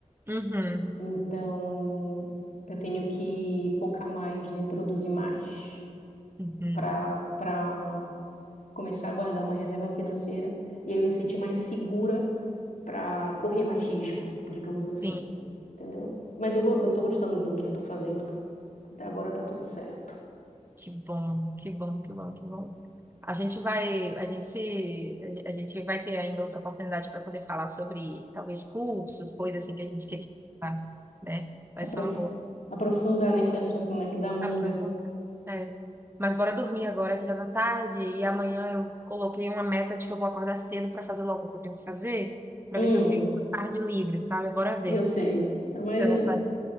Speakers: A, on the right; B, on the left.
A: Uhum.
B: Então eu tenho que focar mais em produzir mais
A: Uhum.
B: para para começar a guardar uma reserva financeira e aí eu me sentir mais segura para correr mais risco, digamos assim,
A: Sim,
B: entendeu? Mas eu, go- eu tô gostando do que eu tô fazendo. Até agora tá tudo certo.
A: que bom, que bom, que bom, que bom. A gente vai, a gente se, a gen- a gente vai ter ainda outra oportunidade para poder falar sobre talvez cursos, coisas assim que a gente queria, falar, né? Vai
B: aprof-
A: ser uma boa
B: aprofundar nesse assunto, né, que da manga.
A: aprofundar. É. Mas bora dormir agora que já tá tarde e amanhã eu coloquei uma meta de que eu vou acordar cedo para fazer logo o que eu tenho que fazer, para
B: Hum,
A: ver se eu fico com a tarde livre, sabe? Bora ver
B: eu sei. Mas
A: se eu
B: eh,
A: vou fazer.